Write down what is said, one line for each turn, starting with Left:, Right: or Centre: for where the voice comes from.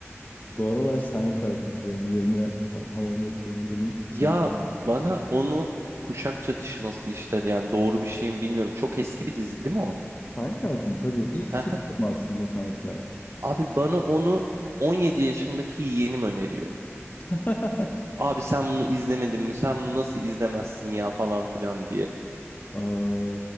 Left: Bu aralar Seinfeld izliyorum. Yerine Ha- How I Met Your Mother'ın Seinfeld.
Right: Ya bana onu kuşak çatışması işte yani doğru bir şeyim bilmiyorum. Çok eski bir dizi değil mi o?
Left: Seinfeld mi? Tabii. ilk
Right: <laughs>
Left: sitcom aslında Seinfeld.
Right: Abi bana onu 17 yaşındaki yeğenim öneriyor.
Left: <laughs>
Right: Abi sen bunu izlemedin mi? Sen bunu nasıl izlemezsin ya falan filan diye.
Left: Aa,